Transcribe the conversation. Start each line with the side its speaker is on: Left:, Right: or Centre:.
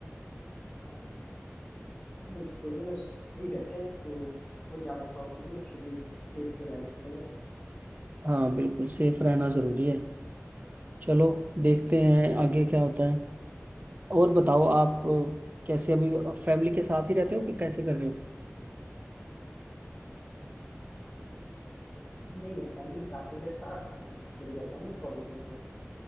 Left: आप नहीं कोई नहीं बस सही रहते हैं तो कोई ज्यादा प्रॉब्लम नहीं है फिर भी सेफ तो रहना पड़ेगा
Right: हाँ बिल्कुल सेफ रहना जरूरी है चलो देखते हैं आगे क्या होता है और बताओ आप अ, कैसे अभी फैमिली के साथ ही रहते हो कि कैसे कर रहे हो
Left: नहीं मैं फैमिली के साथ नहीं रहता अम, अकेले रहता हूँ ना कॉलेज में तो